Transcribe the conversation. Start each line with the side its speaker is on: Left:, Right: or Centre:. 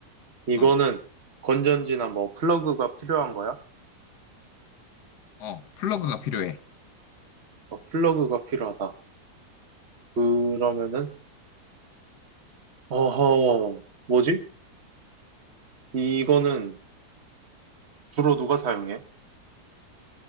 Right: 이거는
Left: 어,
Right: 건전지나 뭐 플러그가 필요한 거야?
Left: 어, 플러그가 필요해.
Right: 어, 플러그가 필요하다. 그러면은 어허, 뭐지? 이거는 주로 누가 사용해?